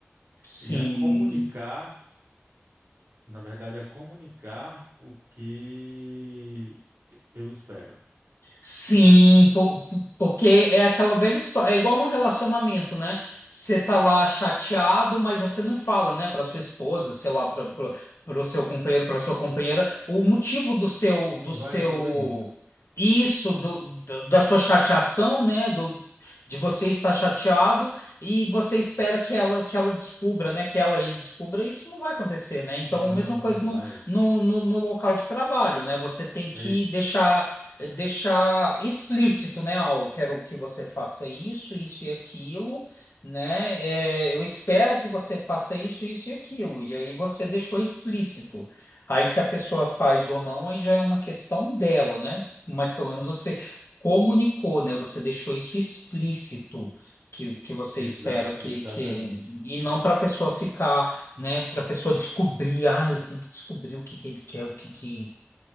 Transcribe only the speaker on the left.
Sim,
Sim,
po- po- porque é aquela velha história, é igual no relacionamento, né? Você tá lá chateado, mas você não fala, né, para sua esposa, sei lá, para o seu companheiro, para sua companheira, o motivo do seu
do seu
isso do, do- da sua chateação, né, do de você estar chateado e você espera que ela que ela descubra, né, que ela ele descubra, isso não vai acontecer, né? Então,
a mesma coisa
no no, no, no local de trabalho, né? Você tem
que
deixar é, deixar explícito, né? Ó, eu quero que você faça isso, isso e aquilo, né? É, eu espero que você faça isso, isso e aquilo. E aí você deixou explícito. Aí se a pessoa faz ou não, aí já é uma questão dela, né? Mas pelo menos você comunicou, né? Você deixou isso explícito. Que, que você
espera que,
que e não para a pessoa ficar, né, para a pessoa descobrir, ah, eu tenho que descobrir o que que ele quer, o que que